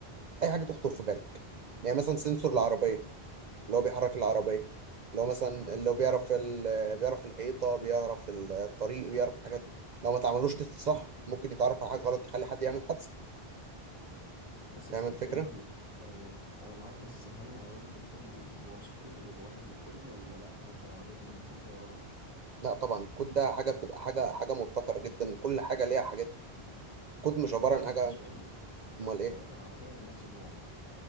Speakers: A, on the right; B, on the left.
A: اي حاجه تخطر في بالك يعني مثلا سنسور العربيه
B: اه
A: اللي هو بيحرك
B: اه
A: العربيه اللي هو مثلا
B: حلو
A: اللي هو بيعرف ال- بيعرف الحيطه بيعرف الطريق بيعرف الحاجات دي لو ما تعملوش تست صح ممكن يتعرف على حاجه غلط تخلي حد يعمل حادثه
B: بس
A: نعمل
B: انت
A: فكره
B: الكلام ده ما بي... يعني انا معاك بس هل العربيه ممكن تنزل هو مش الكود ده بيبقى واحد للكل ولا لا ممكن العربيه تنزل بكود فيها غلط
A: لا طبعا الكود ده حاجه بتبقى حاجه حاجه مبتكره جدا كل حاجه ليها حاجات كود مش
B: انا
A: عباره
B: فاهم
A: عن حاجه
B: انت مش فاهمني
A: امال ايه
B: يعني مثلا عربيه من نفس النوع مثلا